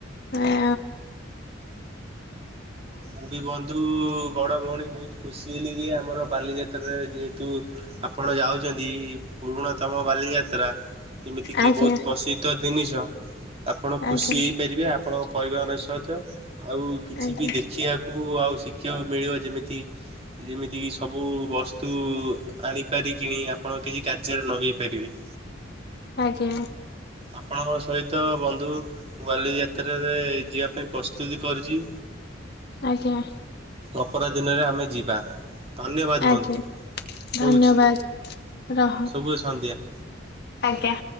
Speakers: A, on the left; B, on the right.
A: ଆ,
B: ମୁଁ ବି ବନ୍ଧୁ, ବଡ଼ ଭଉଣୀ ବହୁତ ଖୁସି ହେଲି ଯେ, ଆମର ବାଲିଯାତ୍ରାରେ ଯେହେତୁ, ଆପଣ ଯାଉଛନ୍ତି। ପୁରୁଣା ତମ ବାଲିଯାତ୍ରା, ଯେମିତି କିି,
A: ଆଜ୍ଞା
B: ବହୁତ ପ୍ରସିଦ୍ଧ ଦିନିଷ। ଆପଣ ଖୁସି
A: ଆଜ୍ଞା
B: ହେଇପାରିବେ। ଆପଣ, ପରିବହନ ସହିତ, ଆଉ କିଛି
A: ଆଜ୍ଞା
B: ବି ଦେଖିବାକୁ, ଆଉ ଶିଖିବାକୁ ମିଳିବ ଯେମିତି। ଯେମିତିକି, ସବୁ ବସ୍ତୁ ଆଣିପାରିକିଣି, ଆପଣ କିଛି କାର୍ଯ୍ୟରେ, ଲଗେଇ ପାରିବେ।
A: ଆଜ୍ଞା।
B: ଆପଣଙ୍କ ସହିତ ବନ୍ଧୁ, ବାଲି ଯାତ୍ରାରେ, ଯିବା ପାଇଁ ପ୍ରସ୍ତୁତି କରିଛି।
A: ଆଜ୍ଞା।
B: ଅପରାଧିନରେ, ଆମେ ଯିବା। ଧନ୍ୟବାଦ ବନ୍ଧୁ।
A: ଆଜ୍ଞା ଧନ୍ୟବାଦ
B: ରହୁଛି,
A: ରହ
B: ଶୁଭ ସନ୍ଧ୍ୟା।
A: ଆଜ୍ଞା।